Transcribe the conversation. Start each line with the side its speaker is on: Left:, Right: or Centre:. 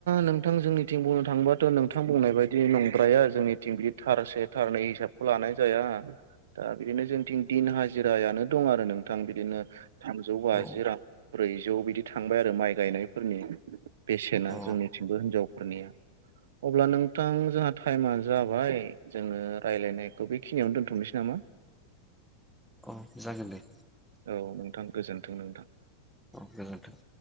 Right: नोंथां जोंनि थिं बुंनो थाङोबाथ' नोंथां बुंनाय बायदि नंग्राया जोंनिथिं बि थार से थारनै हिसाबखौ लानाय जाया दा बिदिनो जोंथिं दिन हाजिरायानो दं आरो नोंथां बिदिनो थामजौ बाजि
Centre: औ
Right: रां ब्रैजौ बिदि थांबाय आरो माइ गायनायफोरनि बेसेना
Centre: औ
Right: जोंनिथिंबो हिनजावफोरनिया अब्ला नोंथां जोंहा टाइमा जाबाय जोंङो राय्लायनायखौ बेखिनियावनो दोनथ'नोसै नामा <inaudible>
Centre: औ जागोन दे
Right: औ नोंथां गोजोन्थों नोंथां
Centre: औ जागोन नोंथां।